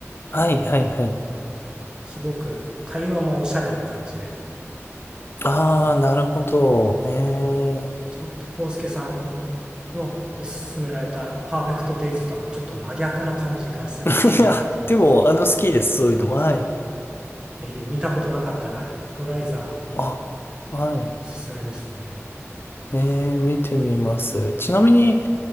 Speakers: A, on the left; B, on the right.
A: あ、はい、はい、はい。
B: すごく会話もおしゃれな感じで、
A: ああ、なるほど。ええ。
B: ちょっとコウスケさんのおすすめられたパーフェクトデイズとはちょっと真逆な感じがする映画なんですけど、
A: <laughs> いや、でも、あの、好きです。そういうのも。はい。
B: ぜひ見たことなかったらイコライザー
A: あ、はい。
B: おすすめですね。
A: ええ、見てみます。ちなみに、